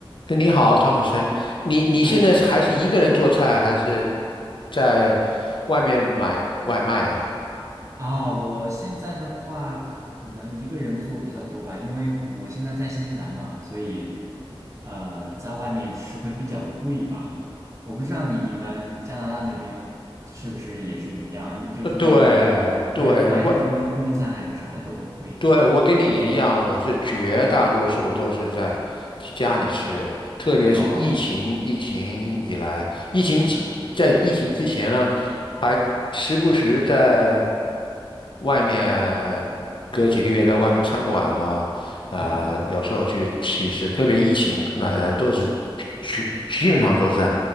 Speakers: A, on the left; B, on the right.
A: 哎你好，汤姆森，你你现在是还是一个人做菜，
B: 哎
A: 还是在外面买外卖呀？
B: 啊，我现在的话可能一个人做比较多吧，因为我现在在新西兰嘛，所以呃，在外面吃会比较贵吧。我不知道你你们加拿大那边是不是也是一样啊，因为就是外面，
A: 呃，对对，
B: 对，不管是中中餐还是啥的都很贵。
A: 外对，
B: 嗯，
A: 我跟你一样，我是绝大多数都是在家里吃，特别是疫情疫情以来，
B: 哦，
A: 疫情期在疫情之前呢，
B: 嗯嗯嗯，
A: 还时不时在外面隔几个月在外面餐馆了，啊、
B: 啊啊嗯，
A: 有时候去吃一吃，特别疫情那、呃都是去基本上都是在